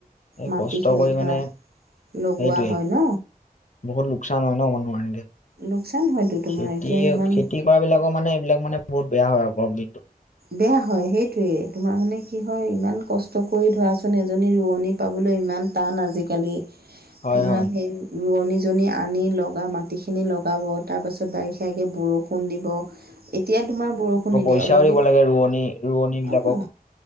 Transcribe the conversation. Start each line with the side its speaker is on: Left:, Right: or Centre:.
Left: এই
Right: মাটিখিনি
Left: কষ্ট কৰি
Right: ধৰা।
Left: মানে
Right: লগোৱা
Left: সেইটোৱে
Right: হয় ন
Left: বহুত লোকচান হয় ন মানুহ।
Right: লোকচান হয়তো তোমাৰ
Left: খেতি
Right: এতিয়া ইমান
Left: খেতি কৰা বিলাকো মানে এইবিলাক মানে বহুত বেয়া হয়। আৰু <unintelligible>
Right: বেয়া হয় সেইটোৱেই। তোমাৰ মানে কি হয় ইমান কষ্ট কৰি ধৰাচোন এজনী ৰোৱনী পাবলৈ ই ইমান টান আজিকালি
Left: হয়
Right: তোমাৰ
Left: হয়
Right: সেই ৰোৱনীজনী আনি লগা, মাটিখিনি লগাব? তাৰপাছত বাৰিষ আগে বৰষুণ দিব এতিয়া তোমাৰ বৰষুণ
Left: আকৌ
Right: নিদিয়ে
Left: পইচাও
Right: অলপ
Left: দিব
Right: দিন
Left: লাগে ৰোৱনী ৰোৱনী বিলাকক।
Right: অঁ